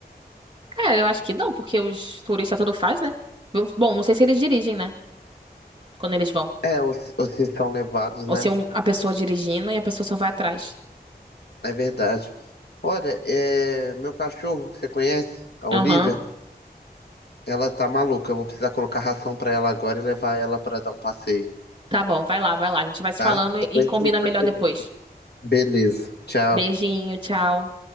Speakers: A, on the right (about 30°); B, on the left (about 75°).
A: Cara, eu acho que não, porque os turistas tudo faz, né? Bom, não sei se eles dirigem, né? quando eles vão.
B: É, ou se ou se são levados, né?
A: Ou se um- a pessoa dirigindo e a pessoa só vai atrás.
B: É verdade. Olha, é, meu cachorro que você conhece, a
A: Aham.
B: Olivia. Ela tá maluca. Eu vou precisar colocar ração pra ela agora e levar ela pra dar um passeio,
A: Tá bom, vai lá, vai lá. A gente vai se
B: tá?
A: falando e
B: Depois
A: combina
B: a gente
A: melhor
B: continua.
A: depois.
B: Beleza. Tchau.
A: Beijinho, tchau.